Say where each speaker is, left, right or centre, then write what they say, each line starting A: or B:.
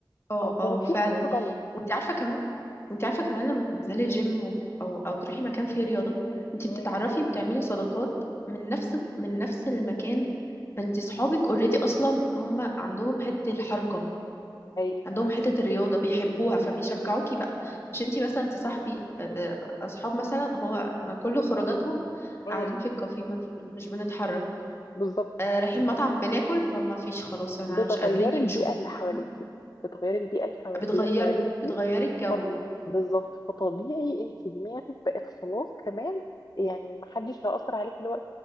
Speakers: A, on the left; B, on the left.
A: اه
B: اه
A: اه
B: هو في
A: فعلا
B: حاجه غلط
A: وانت عارفه كمان وانت عارفه كمان لما تنزلي جيم و- او او تروحي مكان فيه رياضه انت
B: مم.
A: بتتعرفي وبتعملي صداقات من نفس من نفس المكان فانت صحابك اوريدي اصلا هم عندهم حته الحركه
B: ايوه
A: عندهم حته الرياضه بيحبوها فبيشجعوكي
B: مم.
A: بقى مش انت مثلا تصاحبي آه، آه، اصحاب مثلا هو انا كل خروجاتهم
B: مم.
A: قاعدين في الكافيه ما- مش بنتحرك
B: بالظبط
A: آه، رايحين مطعم بناكل فما فيش خلاص انا
B: بتغيري
A: مش قادرين يمشوا
B: البيئة اللي حواليكي
A: فاهمة؟
B: بتغيري البيئة الحوا-
A: بتغيري
B: اللي حواليكي
A: بتغيري الجو
B: فط- بالظبط فطبيعي انت دماغك بقت خلاص كمان يعني محدش هيأثر عليك اللي هو